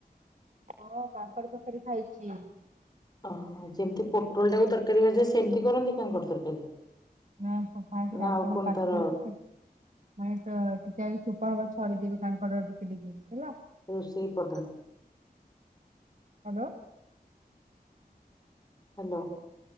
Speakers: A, on the right; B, on the left.
A: ହଁ କାଙ୍କଡ ତରକାରୀ ଖାଇଛି।
B: ଓହୋ ଯେମିତି ପୋଟଳଟାକୁ ତରକାରୀ କରାଯାଏ ସେମିତି କରନ୍ତି କାଙ୍କଡ ତରକାରୀ?
A: ନା ଫାଷ୍ଟ ସେ
B: ନା
A: କାଙ୍କଡ଼କୁ
B: ଆଉ କଣ
A: କାଟି
B: ତାର
A: ଦେଇ ଟିକେ ମାନେ ଟିକେ ଚୁପା ଖଡିଦେବେ କାଙ୍କଡ଼ ଟିକେ ଟିକେ ହେଲା।
B: ରୋଷେଇ ପଦ୍ଧତି
A: ହ୍ୟାଲୋ
B: ହ୍ୟାଲୋ